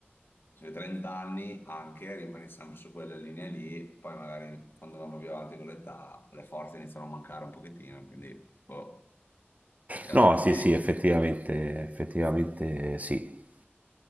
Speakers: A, on the left; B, on the right.
A: Sui 30 anni anche rimani sempre su quella linea lì, poi magari quando vanno più avanti con l'età le forze iniziano a mancare un pochettino, quindi boh. Ti
B: No,
A: adatti?
B: sì, sì, effettivamente, effettivamente sì.